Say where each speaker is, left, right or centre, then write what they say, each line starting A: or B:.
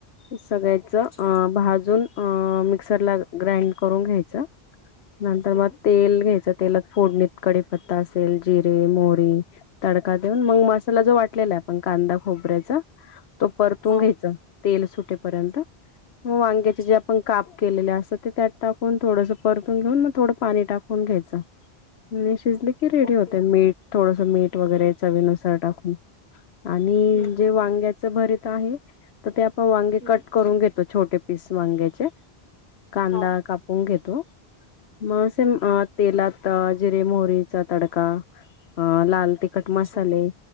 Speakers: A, on the left (about 85°); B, on the left (about 60°).
A: सगळ्याचं
B: अच्छा
A: अ भाजून, अ मिक्सर ला ग्राइंड करून घ्यायचं. नंतर
B: हम्म
A: मग तेल घ्यायचं, तेलात फोडणीत कडेपत्ता असेल जिरे, मोहरी, तडका देऊन, मग
B: हम्म
A: मसाला जो वाटलेला आहे पण कांदा खोबऱ्याचा,, तो परतून
B: हा
A: घ्यायचा, तेल सुटेपर्यंत, मग वांग्याचे
B: अच्छा
A: जे आपण कापऽ केलेले असतात ते, त्यात टाकून थोडस परतून घेऊन मगऽ थोडं पाणी टाकून घ्यायचं, आणि शिजले की रेडी
B: ओके
A: होतय,, मीठ, थोडस मीठ. वगैरे चवीनुसार टाकून, आणि
B: हम्म हम्म
A: जे वांग्याच भरीत आहे, तर ते आपण वांगे
B: हम्म
A: कट
B: हम्म
A: करून घेतो, छोटे पीस वांग्याचे, कांदा
B: हा
A: कापऽ पुं गे तो, मग असेम
B: हम्म
A: तेलात जिरे, मोहरीचा तडका, लाल तिखऽ कट
B: अच्छा
A: मसाले,